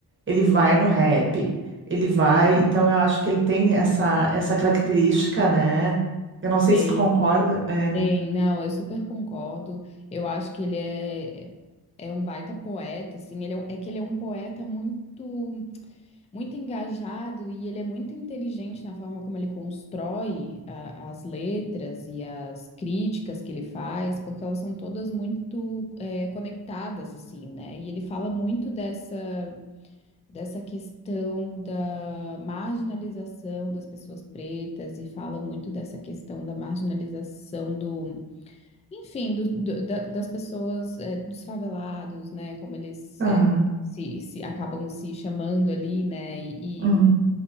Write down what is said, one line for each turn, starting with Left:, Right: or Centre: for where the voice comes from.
Right: Ele vai no rap, ele vai, então eu acho que ele tem essa essa característica, né? Eu não sei
Left: Tem,
Right: se tu concorda, é.
Left: tem. Não, eu super concordo. Eu acho que ele é, é é um baita poeta, assim. Ele é, um- é que ele é um poeta muito muito engajado e ele é muito inteligente na forma como ele constrói a- as letras e as críticas que ele faz, porque elas são todas muito é, conectadas, assim, né? E ele fala muito dessa, dessa questão da marginalização das pessoas pretas e fala muito dessa questão da marginalização do, enfim, do, do- da- das pessoas, é, dos favelados, né? Como eles
Right: Ah,
Left: é, se, se acabam se chamando ali, né? E,
Right: hum.